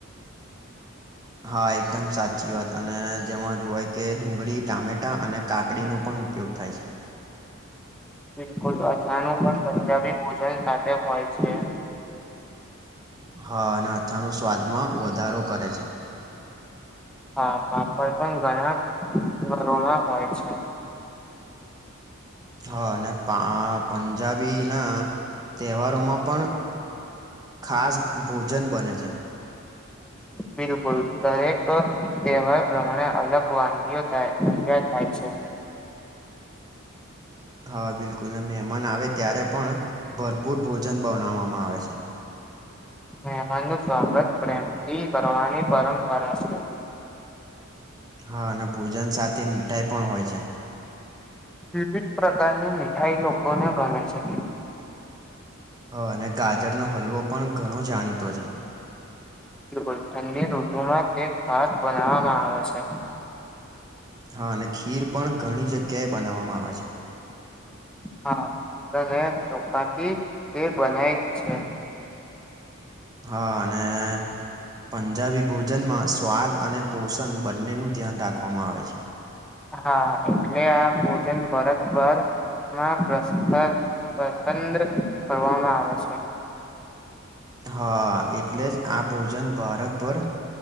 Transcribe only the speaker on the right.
હા એકદમ સાચી વાત. અને જેમાં જોવાય કે ડુંગળી, ટામેટ ટા અને કાકડીનો પણ ઉપયોગ થાય છે.
હા અને અથાણું સ્વાદમાં વધારો કરે છે.
હા અને પા પંજાબીના તહેવારોમાં પણ ખાસ ભોજન બને છે.
હા બિલકુલને મહેમાન આવે ત્યારે પણ ભરપૂર ભોજન બનાવવામાં આવે છે.
હા અને ભોજન સાથે મીઠાઈ પણ હોય છે.
હહ અને ગાજરનો હલવો પણ ઘણો જાણીતો છે.
હા અને ખીર પણ ઘણી જગ્યાએ બનાવવામાં આવે છે.
હા અને પંજાબી ભોજનમાં સ્વાદ અને પોષણ બંનેનું ધ્યાન રાખવામાં આવે છે.
હા એટલે જ આ ભોજન ભારતભર